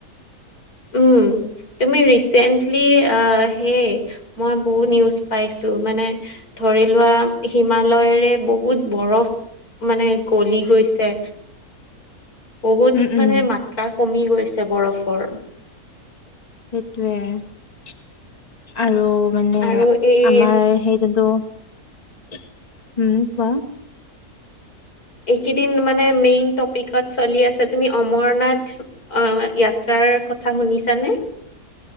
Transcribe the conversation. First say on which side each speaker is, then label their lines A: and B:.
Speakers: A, on the left; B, on the left.
A: উম তুমি ৰিচেন্টলি আ সেই মই বহুত নিউজ পাইছোঁ, মানে ধৰি লোৱা হিমালয়ৰে ব হুত বৰফ মানে গলি গৈছে। বহুত
B: উম উম
A: মানে মাত্ৰা কমি গৈছে বৰফৰ।
B: সেইটোৱে আৰু মানে
A: আৰু এই
B: আমাৰ সেই যোনটো, উম কোৱা?
A: এইকেইদিন মানে মেইন টপিকত চলি আছে, তুমি অমৰনাথ অ য়াত্ৰাৰ কথা শুনিছানে?